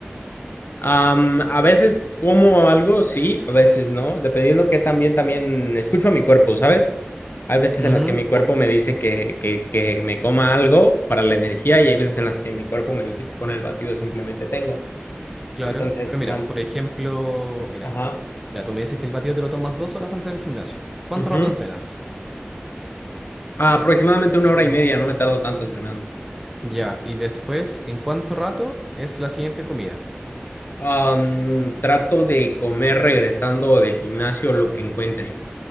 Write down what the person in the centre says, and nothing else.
Ujú.
Claro,
pero mira,
por ejemplo, mira,
ya tú me dices que el batido te lo tomas dos horas antes del gimnasio. ¿Cuánto
rato entrenas?
Ya, y después, ¿en cuánto rato es la siguiente comida?